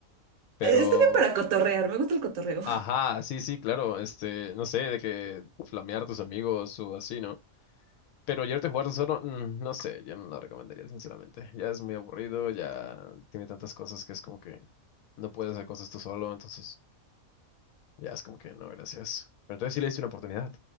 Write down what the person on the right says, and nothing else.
Eh, Está bien para cotorrear, me gusta el cotorreo. <laughs>